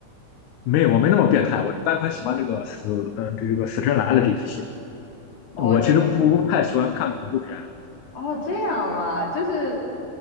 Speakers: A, on the left; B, on the left.
A: 没有，我没那么变态，我是单纯喜欢这个死，嗯，这个死神来了这个系列。
B: 哦，
A: 我其实不太喜欢看恐怖片，
B: 就你哦，这样啊，就是，